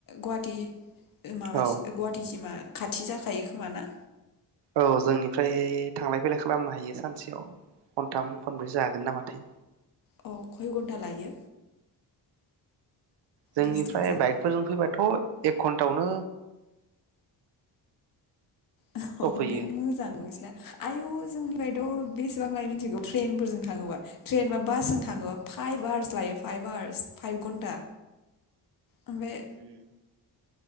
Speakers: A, on the left; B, on the right.
A: गुवाहाटी माबास
B: औ
A: गुवाहाटिसिमा खाथि जाखायो खोमाना
B: औ जोंनिफ्राय थांलाय फैलाय खालामनो हायो सानसेयाव खनथाम खनब्रैसो हागोन नामाथाय
A: अ खय घन्टा लायो?
B: जोंनिफ्राय
A: डिसटेन्सा
B: बाइकफोरजों फैबा थ' एक घन्टायावनो
A: अ
B: सफैयो
A: ओंखायनो मोजां नोंसिना आयु जों फायथ' बेसेबां लाय मिथिगौ ट्रेनफोरजों थाङोबा ट्रेन बा बासजों थाङोबा फाइभ आवार्स लायो फाइभ आवार्स फाइभ घन्टा ओमफ्राय
B: ओम